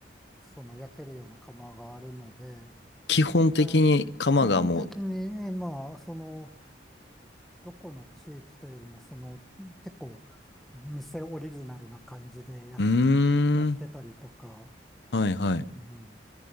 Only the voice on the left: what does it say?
基本的に釜がも
う、うーん。
はいはい。